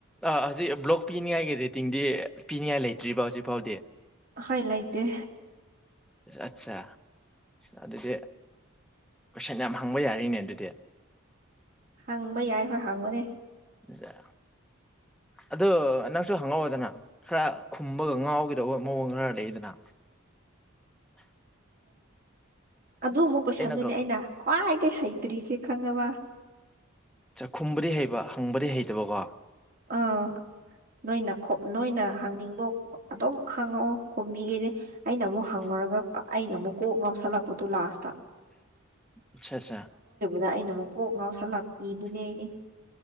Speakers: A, in the centre; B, on the right.
A: ꯑ ꯍꯧꯖꯤꯛ ꯕ꯭ꯂꯣꯛ ꯄꯤꯅꯤꯡꯉꯥꯏꯒꯤ ꯔꯤꯇꯤꯡꯗꯤ ꯄꯤꯅꯤꯡꯉꯥꯏ ꯂꯩꯇ꯭ꯔꯤꯕ ꯍꯧꯖꯤꯛ ꯐꯥꯎꯗꯤ
B: ꯍꯣꯏ ꯂ ꯏꯗꯦ
A: ꯑꯠꯆꯥ ꯑꯗꯨꯗꯤ ꯀꯣꯏꯁꯟ ꯌꯥꯝ ꯍꯪꯕ ꯌꯥꯔꯤꯅꯦ ꯑꯗꯨꯗꯤ
B: ꯍꯪꯕ ꯌꯥꯏ ꯍꯣꯏ ꯍꯪꯕꯅꯦ
A: ꯌꯥ ꯑꯗꯣ ꯅꯪꯁꯨ ꯍꯪꯍꯧꯑꯣꯗꯅ ꯈꯔ ꯈꯨꯝꯕꯒ ꯉꯥꯎꯒꯗꯧꯕ ꯃꯑꯣꯡ ꯈꯔ ꯂꯩꯗꯅ
B: ꯑꯗꯨ ꯑꯃꯨꯛ ꯀꯣꯏꯁꯟꯗꯨꯅꯦ
A: ꯑꯩꯅꯒ
B: ꯑꯩꯅ꯭ ꯍꯩꯗꯔꯤꯁꯦ ꯈꯪꯉ ꯋꯥ
A: ꯆꯥꯛꯈꯨꯝꯕꯗꯤ ꯍꯩꯕ ꯍꯪꯕꯗꯤ ꯍꯩꯇꯕꯀꯣ
B: ꯑꯥ ꯅꯣꯏꯅ ꯅꯣꯏꯅ ꯍꯪꯅꯤꯡꯕ ꯑꯗꯨꯝ ꯍꯪꯉꯛꯑꯣ ꯀꯨꯝꯕꯤꯈꯩꯗꯤ ꯑꯩꯅ ꯑꯃꯨꯛ ꯍꯪꯉꯨꯔꯒ ꯑꯩꯅ ꯑꯃꯨꯛ ꯀꯣꯛ ꯉꯥꯎꯁꯜꯂꯛꯄꯗꯨꯣ ꯂꯥꯁ
A: ꯑꯆꯥ ꯑꯆꯥ
B: ꯗ ꯑꯩꯅ ꯑꯃꯨꯛ ꯀꯣꯛ ꯉꯥꯎꯁꯜꯂꯛꯄꯤꯗꯨꯅꯦ ꯑꯩꯗꯤ